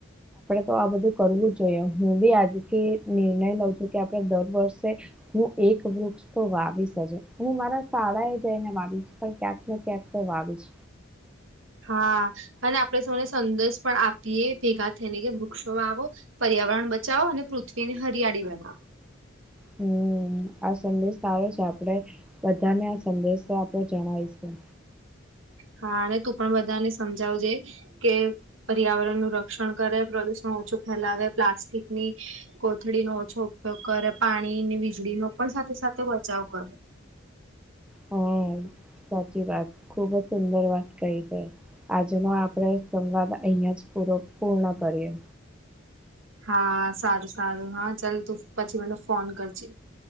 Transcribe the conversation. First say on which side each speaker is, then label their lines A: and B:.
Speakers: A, in the centre; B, on the right (about 80°).
A: તો આ બધું કરવું જ જોઈએ. હું બી આજથી નિર્ણય લઉં છું કે આપડ દર વર્ષે હું એક વૃક્ષ તો વાવીશ. હું મારા શાળા એ જઈ ને વાવીશ પણ ક્યાંક ને ક્યાંક તો વાવીશ.
B: હા અને આપડે સૌને સંદેશ પણ આપીએ ભેગા થઈને કે વૃક્ષો વાવો પર્યાવરણ પચાવો અને પૃથ્વીની હરિયાળી બનાવો.
A: હમ્મ આ સંદેશ તો આવે છે આપડે બધાને આ સંદેશ તો આપણેે જણાવશું.
B: હા અને તું પણ બધાને સમજાવજે કે પર્યાવરણ નું રક્ષણ કરે પ્રદુષણ ઓછું ફેલાવે પ્લાસ્ટિકની કોથળીનો આછો ઉપયોગ કરે પાણીની વીજળીનો પણ સાથે સાથે બચાવ કરે. <inaudible>
A: હમ સાચી વાત ખુબ જ સુંદર વાત કઈ કર આજનો આપણે સંવાદ અહીયાં જ પૂરો પૂર્ણ કરીએ.
B: હા સારું સારું હા ચાલ તું પછી મને ફોન કરજે.